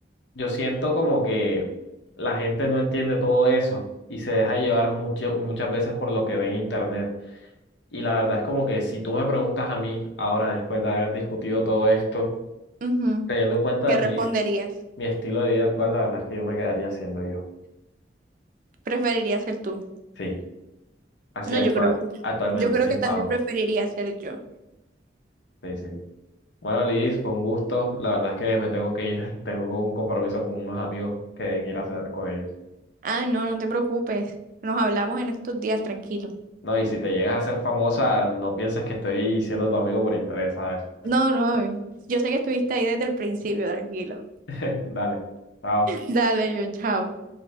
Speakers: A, on the left (about 80°); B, on the right (about 45°).
A: yo siento como que la gente no entiende todo eso y se deja llevar mucho- muchas veces por lo que ve en internet. Y la verdad es como que si tú me preguntas a mí ahora, después de haber discutido todo esto,
B: Ujú.
A: teniendo en cuenta
B: ¿Qué responderías?
A: mi, mi estilo de vida actual, la verdad es que yo me quedaría siendo yo.
B: ¿Preferiría ser tú?
A: Sí, así
B: No,
A: actual,
B: yo creo,
A: actualmente,
B: yo creo
A: sin
B: que también
A: fama.
B: preferiría ser yo.
A: Sí, sí. Bueno, Liz, fue un gusto. La verdad es que me tengo que ir. <laughs> Tengo un compromiso con unos amigos que deben ir a cenar con ellos.
B: Ay, no, no te preocupes. Nos hablamos en estos días, tranquilo.
A: No, y si te llegas a ser famosa, no pienses que estoy siendo tu amigo por interés, ¿sabes?
B: No, no, yo sé que estuviste ahí desde el principio, tranquilo.
A: <laughs> Dale, chao.
B: Dale, yo, chao.